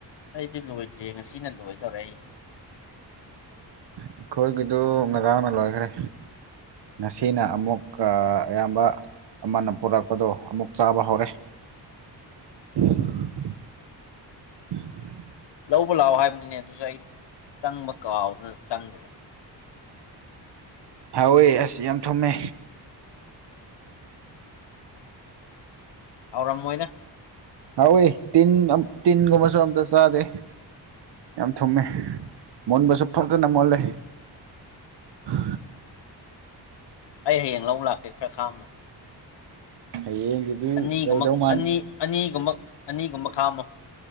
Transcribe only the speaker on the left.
ꯑꯩꯗꯤ ꯂꯣꯏꯗ꯭ꯔꯦ ꯉꯁꯤꯅ ꯂꯣꯏꯗꯧꯔꯦ ꯑꯩꯁꯨ
ꯂꯧꯕ ꯂꯥꯛꯑꯣ ꯍꯥꯏꯕꯅꯤꯅꯦ ꯑꯗꯨꯁꯨ ꯑꯩ ꯆꯪꯕ ꯀꯥꯎꯗꯅ ꯆꯪꯗ꯭ꯔꯦ
ꯍꯧꯥꯎꯔꯝꯃꯣꯏꯅ
ꯑꯩ ꯍꯌꯦꯡ ꯂꯧꯕ ꯂꯥꯛꯀꯦ ꯈꯔ ꯈꯥꯝꯃꯣ
ꯑꯅꯤꯒꯨꯝꯕ
ꯑꯅꯤ ꯑꯅꯤꯒꯨꯝꯕ ꯑꯅꯤꯒꯨꯝꯕ ꯈꯥꯝꯃꯣ